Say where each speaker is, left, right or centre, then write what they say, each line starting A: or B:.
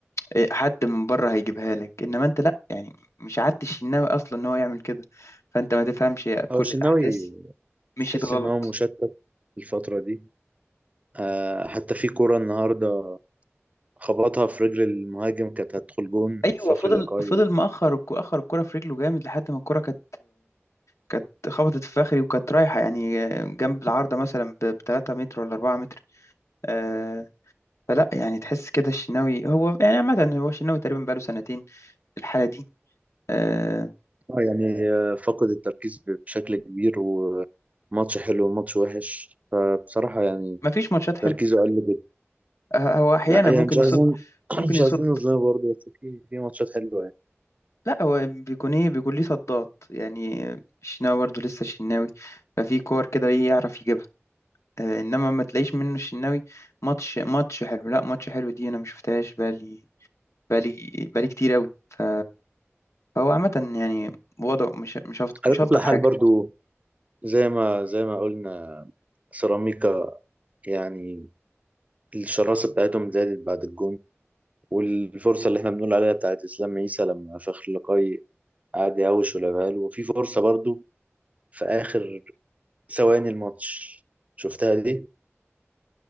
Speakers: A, on the left; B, on the right.
A: إيه، حد من بره هيجيبها لك انما انت لا يعني مش عادت الشناوي اصلا ان هو يعمل كده فانت ما تفهمش يا كل
B: هو الشناوي
A: الاحداث مشيت
B: تحس
A: غلط
B: ان هو مشتت الفترة دي آه حتى في كرة النهاردة خبطها في رجل المهاجم كانت هتدخل جون
A: ايوه
B: فخري
A: فضل
B: لقاي
A: فضل مأخر الك- اخر الكرة في رجله جامد لحد ما الكرة كانت كانت خبطت في فخري وكانت رايحة يعني جنب العارضة مثلا ب 3 متر ولا 4 متر آه، فلا يعني تحس كده الشناوي هو يعني عامة هو الشناوي تقريبا بقاله سنتين الحالة دي آه،
B: آه يعني آه فقد التركيز بشكل كبير وماتش حلو وماتش وحش فبصراحة يعني
A: مفيش ماتشات حلوة
B: تركيزه قل جدا
A: آه، هو أحيانا
B: لا يعني
A: ممكن
B: مش
A: يصد
B: عايزين <clears throat>
A: ممكن
B: مش
A: يصد
B: عايزين نظلمه برضه بس في في ماتشات حلوة يعني
A: لا هو بيكون ايه بيكون ليه صدات يعني الشناوي برضه لسه الشناوي ففي كور كده ايه يعرف يجيبها آه، انما ما تلاقيش منه الشناوي ماتش ماتش حلو لا ماتش حلو دي انا ما شفتهاش بقالي بقالي بقالي كتير قوي ف... فهو عامة يعني وضعه مش مش هفط-
B: على
A: مش
B: كل
A: هلطف
B: حال
A: حاجة
B: برضه زي ما زي ما قلنا سيراميكا يعني الشراسة بتاعتهم زادت بعد الجون والفرصة اللي احنا بنقول عليها بتاعت إسلام عيسى لما فخر لقاي قعد يهوش ولعبها له وفي فرصة برضو في آخر ثواني الماتش شفتها دي؟